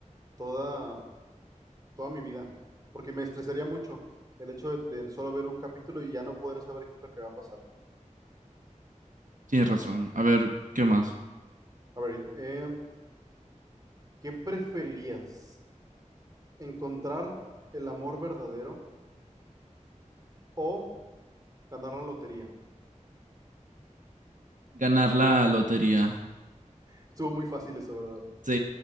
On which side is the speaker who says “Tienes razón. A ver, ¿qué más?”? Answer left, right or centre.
Right